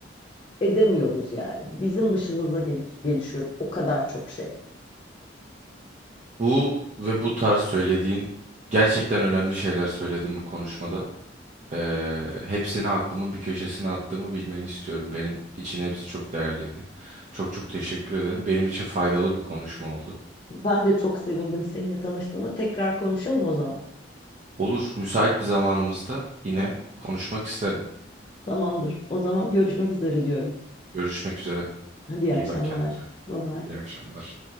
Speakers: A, on the left; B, on the right.
A: edemiyoruz yani. Bizim dışımızda geliş- gelişiyor o kadar çok şey.
B: Bu ve bu tarz söylediğin gerçekten önemli şeyler söyledin bu konuşmada. Eee, hepsini aklımın bir köşesine attığımı bilmeni istiyorum. Benim için hepsi çok değerliydi. Çok çok teşekkür ederim. Benim için faydalı bir konuşma oldu.
A: Ben de çok sevindim seninle tanıştığıma. Tekrar konuşalım o zaman.
B: Olur, müsait bir zamanımızda yine
A: Ta-
B: konuşmak isterim.
A: Tamamdır. O zaman görüşmek üzere diyorum.
B: Görüşmek üzere.
A: Hadi iyi
B: İyi
A: akşamlar.
B: bak kendine.
A: Bye bye.
B: İyi akşamlar.